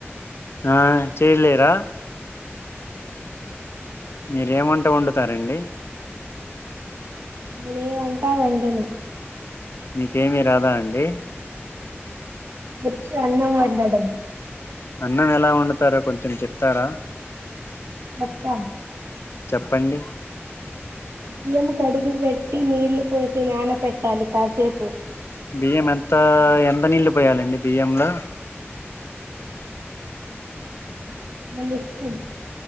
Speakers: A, on the left (about 60°); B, on the right (about 80°).
A: ఆ చేలేరా? మీరు ఏం వంట వండుతారండి.
B: నేనే వంటా వండను.
A: మీకేమి రాదా అండి?
B: వచ్చు అన్నం వండడం.
A: అన్నం ఎలా వండుతారో కొంచెం చెప్తారా?
B: చెప్తామ్
A: చెప్పండి.
B: బియ్యం కడిగి పెట్టి నీళ్లు పోసి నాన పెట్టాలి కాసేపు.
A: బియ్యం ఎంత ఎంత నీళ్ళ పోయాలండి బియ్యంలో.
B: ఉ మీ ఇష్టం.